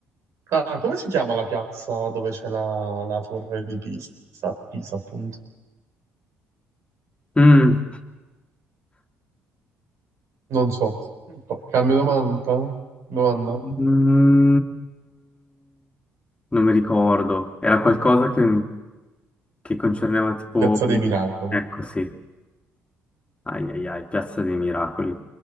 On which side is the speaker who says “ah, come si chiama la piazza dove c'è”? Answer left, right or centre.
Right